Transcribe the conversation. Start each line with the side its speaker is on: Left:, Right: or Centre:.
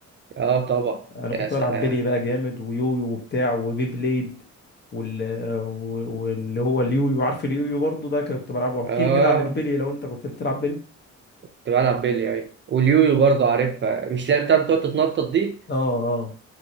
Right: آه طبعا
Left: انا
Right: يا
Left: كنت
Right: سلام
Left: بلعب بيلي بقى جامد ويويو وبتاع وبي بليد وال... آه، و- واللي هو اليويو عارف اليويو برضو ده كنت بلعبه احكي
Right: آه
Left: لي كده عن البيلي لو انت كنت بتلعب بيلي
Right: كنت بلعب بيلي ايوه واليويو برضه عارفها مش اللي هي بتاعت بتقعد تتنطط دي
Left: اه